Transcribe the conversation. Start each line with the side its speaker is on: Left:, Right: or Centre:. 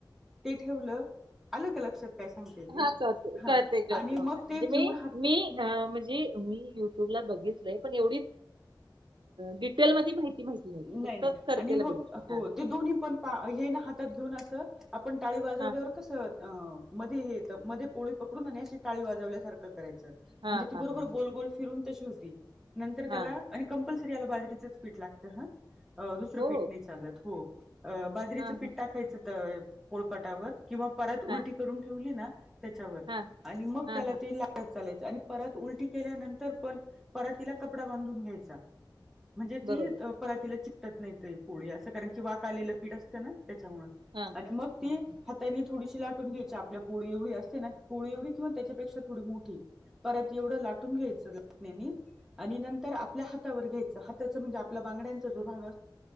Centre: ते ठेवलं, आल का लक्षात? काय सांगते ते
Right: हा चालतंय
Centre: हा
Right: कळतंय कळतंय
Centre: आणि
Right: मला,
Centre: मग
Right: म्हणजे
Centre: ते घेऊन
Right: मी
Centre: हातात
Right: मी अ म्हणजे मी युट्यूब ला बघितलंय, पण एवढी डिटेल मध्ये माहिती माहिती नव्हती,
Centre: नाही
Right: फक्त
Centre: नाही
Right: करतेल
Centre: आणि मग
Right: बघितलंय
Centre: हो
Right: ह.
Centre: ते दोन्ही पण पा हे ना हातात घेऊन अस आपण टाळी वाजवल्यावर
Right: हा
Centre: कसं मध्ये हे येत, मध्ये पोळी पकडून आणि अशी टाळी वाजवल्यासारखं करायचं
Right: हा
Centre: म्हणजे ती
Right: हा
Centre: बरोबर
Right: हा
Centre: गोल गोल फिरून तशी होती, नंतर
Right: हा
Centre: त्याला आणि कंपल्सरी याला बाजरीच पीठ लागत हा दुसरं
Right: हो
Centre: पीठ नाही चालत, हो बाजरीचं
Right: हा
Centre: पीठ
Right: हा
Centre: टाकायचं त पोळपटावर, किंवा परात उलटी
Right: हा
Centre: करून ठेवली ना त्याच्यावर,
Right: हा
Centre: आणि मग
Right: हा
Centre: त्याला
Right: हा
Centre: ते ला चालायच आणि परात उलटी केल्यानंतर पण परातिला कपडा बांधून घ्यायचा. म्हणजे.
Right: बरोबर
Centre: ती परातीला चिकटत नाही पोळी असं कारण की वाक आलेलं पीठ असतं ना त्याच्यामुळे.
Right: हा
Centre: आणि मग
Right: हा
Centre: ती
Right: हा
Centre: थापून त्यां थोडीशी लाटून घ्यायची आपल्या पोळी एवढी असते ना पोळी एवढी किंवा त्याच्यापेक्षा थोडी मोठी. पराती एवढं लाटून घ्यायचं लाटण्यानी आणि नंतर आपल्या हातावर घ्यायचं हाता च आपल्या बांगड्यांचा जो भाग